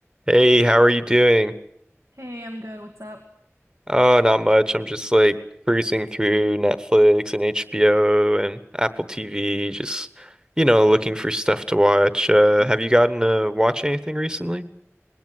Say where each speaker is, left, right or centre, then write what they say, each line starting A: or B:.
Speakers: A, on the right; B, on the right.
A: Hey, how are you doing?
B: Hey, I'm good. What's up?
A: Oh, not much. I'm just like cruising through Netflix and HBO and Apple TV, just, you know, looking for stuff to watch. Uh,
B: I
A: have
B: see.
A: you gotten to watch anything recently?